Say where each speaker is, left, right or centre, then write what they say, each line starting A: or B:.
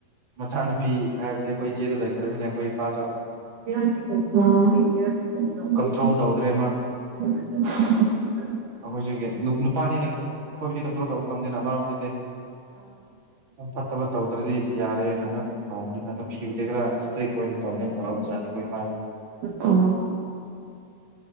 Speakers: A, on the right (about 35°); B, on the right (about 70°).
A: ꯃꯁꯥꯅ ꯐꯤ ꯍꯥꯏꯕꯗꯤ ꯑꯩꯈꯣꯏ ꯏꯆꯦꯗ ꯂꯩꯇ꯭ꯔꯕꯤꯅꯦ ꯑꯩꯈꯣꯏ ꯏꯄꯥꯁꯨ
B: ꯎ
A: ꯀꯟꯇ꯭ꯔꯣꯜ
B: <unintelligible>
A: ꯇꯧꯗ꯭ꯔꯦ ꯑꯩꯈꯣꯏꯁꯨꯒꯤ ꯅꯨꯄꯥꯅꯤꯅ ꯑꯩꯈꯣꯏꯕꯨꯗꯤ ꯀꯟꯇ꯭ꯔꯣꯜ ꯇꯧꯕ ꯉꯝꯗꯦꯅ ꯃꯔꯝꯗꯨꯗꯤ ꯐꯠꯇꯕ ꯇꯧꯗ꯭ꯔꯗꯤ ꯌꯥꯔꯦꯅ ꯍꯟ ꯇꯧꯕꯅꯤꯗ ꯅꯨꯄꯤ ꯑꯣꯏꯗꯤ ꯈꯔ ꯏꯁꯇ꯭ꯔꯤꯛ ꯑꯣꯏꯅ ꯇꯧꯒꯦꯅ ꯇꯧꯔꯝꯖꯥꯠꯅꯤ ꯑꯩꯈꯣꯏ ꯏꯅꯤꯦ <unintelligible>
B: ꯑꯣ